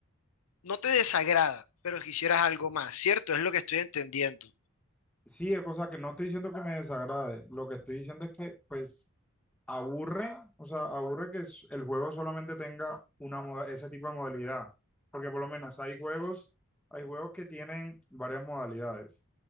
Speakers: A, on the left; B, in the centre.
A: no te desagrada, pero quisieras algo más, ¿cierto? Es lo que estoy entendiendo.
B: Sí, o sea, que no estoy diciendo que me desagrade, lo que estoy diciendo es que, pues, aburre, o sea, aburre que s- el juego solamente tenga una moda, ese tipo de modalidad, porque por lo menos hay juegos, hay juegos que tienen varias modalidades,